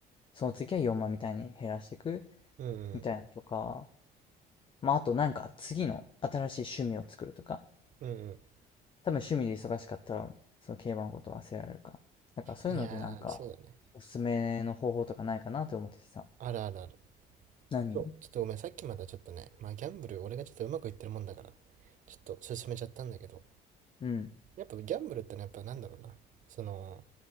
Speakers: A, on the left; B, on the right.
A: その次は4万みたいに減らしていく
B: うんうん
A: みたいなとか、まああとなんか次の新しい趣味を作るとか、
B: うんうんうん
A: 多分趣味で忙しかったら、その競馬のこと忘れられるから。だからそういうのでなんか、
B: いやーそうだね
A: おすすめの方法とかないかなって思っててさ。
B: あるあるある
A: 何
B: そうちょっとごめんさっきまだちょっとねまあギャンブル俺がちょっとうまくいってるもんだからちょっと進めちゃったんだけど
A: うん。
B: やっぱギャンブルってのはやっぱなんだろうなその